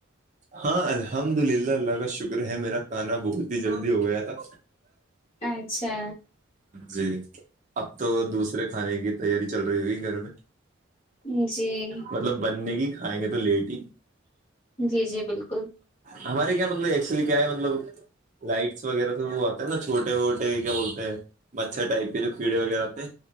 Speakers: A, on the right (about 35°); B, on the left (about 30°).
A: ہاں الحمد للہ اللہ کا شکر ہے میرا کھانا بہت ہی جلدی ہو گیا تھا
B: اچھا
A: جی اب تو دوسرے کھانے کی تیاری چل رہی ہوگی گھر میں
B: جی
A: مطلب بننے کی کھائیں گے تو لیٹ ہی
B: جی جی بالکل
A: ہمارے کیا مطلب ایکسلی کیا ہے مطلب لائٹس وغیرہ سب وہ آتے ہیں نا چھوٹے ووٹے کیا بولتے ہیں مچھر ٹائپ کے جو کیڑے وغیرہ پہ